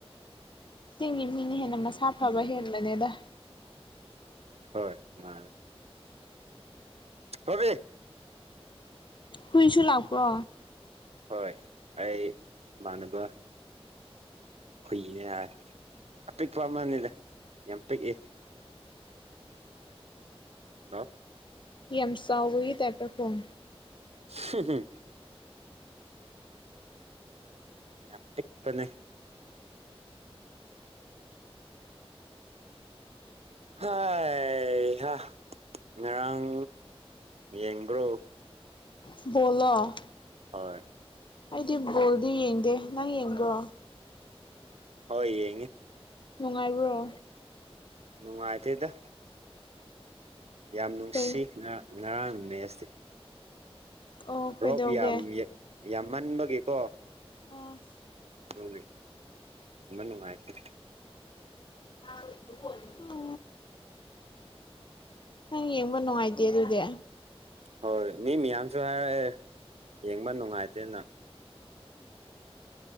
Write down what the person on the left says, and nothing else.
ꯆꯤꯡꯒꯤ ꯃꯤꯅ ꯍꯦꯟꯅ ꯃꯁꯥ ꯐꯕ ꯍꯦꯟꯕꯅꯦꯗ
ꯍꯨꯏꯁꯨ ꯂꯥꯛꯄ꯭ꯔꯣ
ꯌꯁꯥꯎꯒꯨꯏ ꯇꯇ ꯐꯣꯟ
ꯕꯣꯜꯂꯣ
ꯑꯩꯗꯤ ꯕꯣꯜꯗꯤ ꯌꯦꯡꯗꯦ ꯅꯪ ꯌꯦꯡꯕ꯭ꯔꯣ
ꯅꯨꯡꯉꯥꯏꯔꯕ꯭ꯔꯣ
ꯀꯩ
ꯑꯣ ꯀꯩꯗꯧꯒꯦ
ꯑꯥ
<inaudible> ꯅꯪ ꯌꯦꯡꯕ ꯅꯨꯡꯉꯥꯏꯇꯦ ꯑꯗꯨꯗꯤ